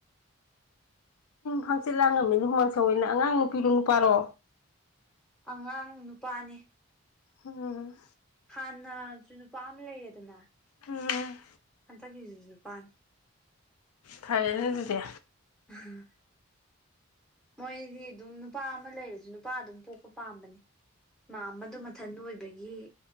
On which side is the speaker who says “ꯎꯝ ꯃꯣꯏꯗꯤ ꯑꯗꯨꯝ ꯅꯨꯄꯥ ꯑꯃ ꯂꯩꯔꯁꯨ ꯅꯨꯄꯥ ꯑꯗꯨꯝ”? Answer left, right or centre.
Centre